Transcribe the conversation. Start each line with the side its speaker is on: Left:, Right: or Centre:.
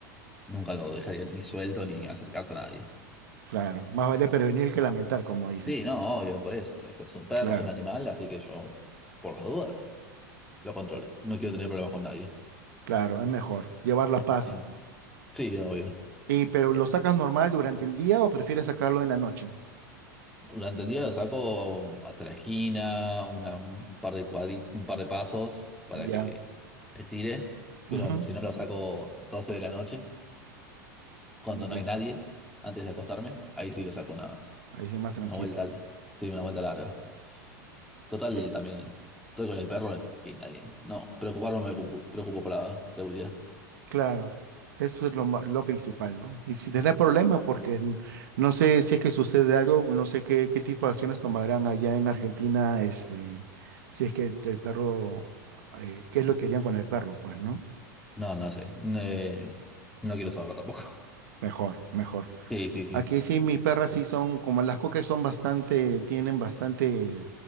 Centre: nunca lo dejaría ni suelto ni acercarse a nadie.
Right: Claro, más vale prevenir que lamentar, como dicen.
Centre: Sí, no, obvio, por eso. Es, es un perro,
Right: Claro,
Centre: es un animal, así que yo, por las dudas, lo controlo. No quiero tener problemas con nadie.
Right: claro, es mejor llevar la paz.
Centre: Sí, sí, obvio.
Right: Y, pero ¿lo sacas normal durante el día o prefieres sacarlo en la noche?
Centre: Durante el día lo saco hasta la esquina, una- un par de cuadri- un par de pasos para
Right: Ya.
Centre: que estire, pero
Right: ujú,
Centre: si no lo saco 12 de la noche, cuando no
Right: Ya.
Centre: hay nadie, antes de acostarme, ahí sí lo saco una,
Right: Ahí sí más tranquilo.
Centre: una vuelta, al- sí, una vuelta larga. Total,
Right: Eh,
Centre: también estoy con el perro, es que nadie, no, preocuparme me preocupo, preocupo por la seguridad.
Right: claro. Eso es lo, ma- lo principal, ¿no? Y si tenés problemas,
Centre: Sí.
Right: porque n- no sé si es que sucede algo, no sé qué, qué tipo de acciones tomarán allá en Argentina, este, si es que el, el perro, eh, qué es lo que harían con el perro, pues, ¿no?
Centre: No, no sé, eh, no quiero saberlo tampoco. <laughs>
Right: Mejor, mejor.
Centre: Sí, sí, sí,
Right: Aquí sí, mis perras sí son, como las cocker son bastante, tienen bastante